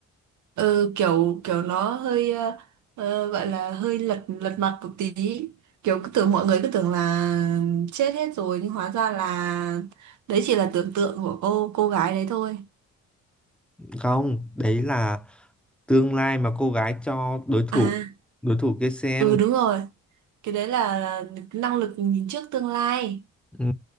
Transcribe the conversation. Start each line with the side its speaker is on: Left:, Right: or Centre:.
Right: Ừ, kiểu kiểu nó hơi ờ, ờ, gọi là hơi lật lật mặt một tí kiểu cứ tưởng mọi người cứ tưởng là chết hết rồi nhưng hóa ra là đấy chỉ là tưởng tượng của cô cô gái đấy thôi
Centre: không đấy là tương lai mà cô gái cho đối thủ
Right: à
Centre: đối thủ kia xem
Right: ừ đúng rồi cái đấy là năng lực nhìn trước tương lai
Centre: Ừ,